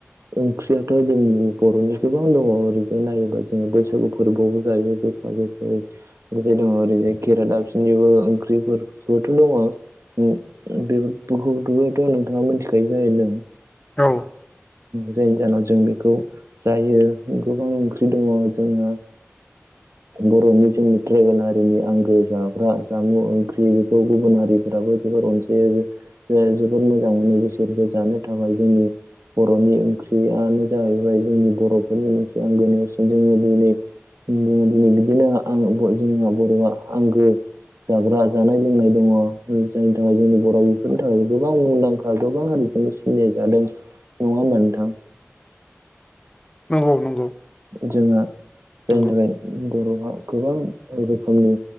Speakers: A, on the right; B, on the left.
A: ओंख्रियाथ' जोंनि बर'नि गोबां दङ' ओरैजाय नायोबा जोङो बैसागु फोरबोआवबो जायो जो आरो ओरैजाय दङ ओरै खेरा दाबसिननिबो ओंख्रि जेराव जिहेथु दङ। उम बेफो बेखौबोथ' नोंथाङा मिथिखायो जाहैदों।
B: औ
A: जायनि जाहोनाव जों बेखौ जायो गोबां ओंख्रि दङ जोंना बर'नि जोंनि ट्राइबेल हारिनि आंगो जाग्रा जामुं ओंख्रि बेखौ गुबुन हारिफोराबो जोब बोर अनसायो जोबोद मोजां मोनो बिसोरबो जानो थाखाय जोंनि बर'नि ओंख्रियानो जाहैबाय जोंनि बर'फोरनि मोनसे आंगो नेरसोन जोङो दिनै जोङो दिनै बिदिनो आं जोंना बर'आ आंगो जाग्रा जानाय लोंनाय दङ जायनि थाखाय जोंनि बर' बेफोरनि थाखाय गोबां मुंदांखा गोबां हारि सिनाय जादों नङा होनबा नोंथां?
B: नंगौ नंगौ
A: जोंहा जायनि
B: नंगौ
A: थाखाय बर' गोबां रोखोमनि